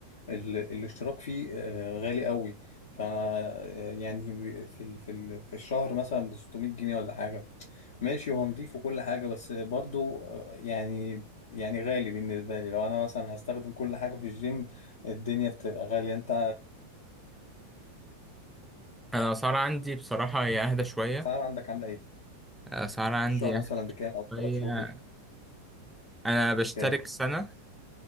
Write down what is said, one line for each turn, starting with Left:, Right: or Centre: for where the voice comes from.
Left: ال- الاشتراك فيه آه، غالي قوي ف آه، يعني في ال- في ال- في الشهر مثلا ب 600 جنيه ولا حاجه ماشي هو نضيف وكل حاجه بس برضه آه، يعني يعني غالي بالنسبه لي لو انا مثلا هستخدم كل حاجه في الجيم الدنيا بتبقى غاليه انت
Centre: انا الاسعار عندي بصراحة هي اهدى شوية
Left: الاسعار عندك عامله ايه
Centre: الاسعار عندي
Left: الشهر
Centre: اهدى
Left: مثلا بكام او
Centre: شوية
Left: ثلاث شهور
Centre: انا بشترك
Left: بكام
Centre: سنة